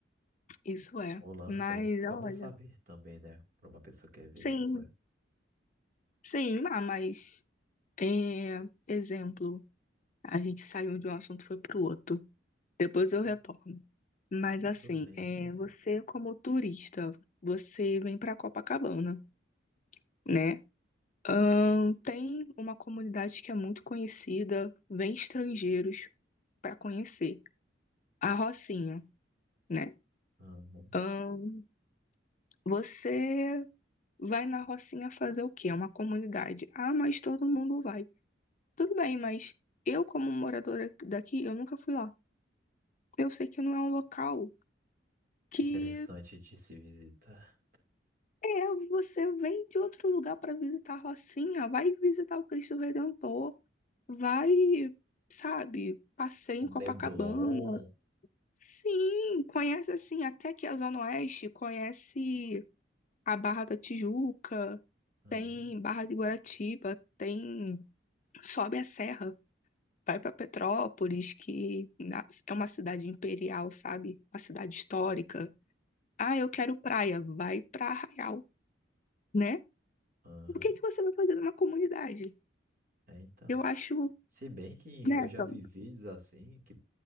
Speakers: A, on the left; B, on the right.
A: Isso é.
B: O lance
A: Mas,
B: é que como
A: olha,
B: saber também, né? para uma pessoa que é vejo
A: sim,
B: de fora.
A: sim, ah, mas, é, exemplo, a gente saiu de um assunto e foi para o outro. Depois
B: Sim,
A: eu retorno. Mas, assim,
B: tudo bem
A: é,
B: no seu tempo.
A: você como turista, você vem para Copacabana né? Ahn, tem uma comunidade que é muito conhecida, vem estrangeiros para conhecer, a Rocinha, né?
B: Uhum.
A: Ahn, você vai na Rocinha fazer o quê? É uma comunidade. Ah, mas todo mundo vai. Tudo bem, mas eu, como moradora daqui, eu nunca fui lá. Eu sei que não é um local que
B: Interessante de se visitar.
A: é, você vem de outro lugar para visitar a Rocinha, vai visitar o Cristo Redentor, vai, sabe, passeia em
B: O
A: Copacabana.
B: Neblon.
A: Sim, conhece assim, até aqui a Zona Oeste, conhece a Barra da Tijuca,
B: Uhum.
A: tem Barra de Guaratiba, tem sobe a serra, vai para Petrópolis, que na- é uma cidade imperial, sabe? Uma cidade histórica. Ah, eu quero praia, vai para Arraial, né?
B: Uhum.
A: O que que você vai fazer numa comunidade?
B: É, então.
A: Eu acho,
B: Se bem que
A: né,
B: eu já
A: então,
B: vi vídeos assim, que